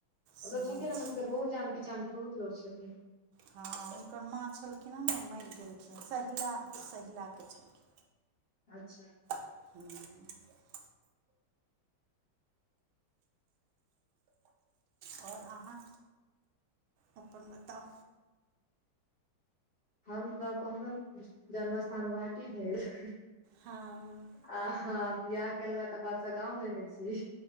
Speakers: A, on the right; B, on the left.
A: सुनै
B: ओत छथिन हमर
A: छी
B: सबके बहुत जान पहचानके बहुत लोक छथिन।
A: हँ हुनकर माँ छलखिन हँ ने मरि गेलखिन सहिला सहिलाके छलखिन।
B: अच्छा।
A: हूँ आओर अहाँ अपन बताउ।
B: हम तऽ कहलौं जन्म अस्थान गोहाटी भेल
A: हँ।
B: आ हाँ बियाह केलहुए तैके बाद सँ गाँव देने छी